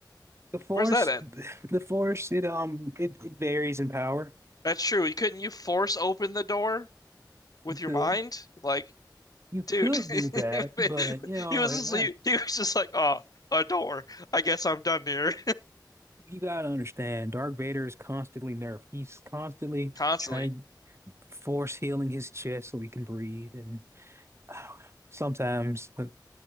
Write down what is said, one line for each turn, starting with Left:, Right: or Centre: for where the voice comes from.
Right: The force,
Left: Where's that at?
Right: <laughs> the force, it um, it, it varies in power.
Left: That's true. You couldn't you force open the door with
Right: You could.
Left: your mind? Like,
Right: You
Left: dude,
Right: could
Left: <laughs> he
Right: do that, but you know,
Left: was
Right: eh,
Left: just
Right: eh,
Left: he, he was just like, oh, a door. I guess I'm done here.
Right: you gotta understand, Dark Vader is constantly nerfed. He's constantly
Left: <laughs> Constantly.
Right: trying to force healing his chest so he can breathe, and <sighs> uh, sometimes uh,